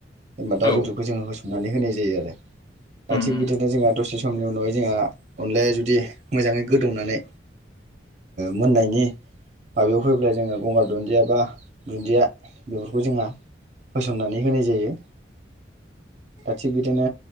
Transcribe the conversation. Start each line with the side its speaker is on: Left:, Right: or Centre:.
Right: जेनेबा दाउ
Left: औ उम
Right: बेदरखौ जोङो होसननानै होनाय जा जायोआरो दा
Left: उम
Right: थिग बिदिनो जोंहा दसे समनि उनावहाय जोंहा अनलाया जुदि मोजाङै गोदौनानै मोननायनि माबायाव फैब्ला जोङो गंगार दुन्दिया बा दुन्दिया बेफोरखौ जोंहा होसननानै होनाय जायो। थिग बिदिनो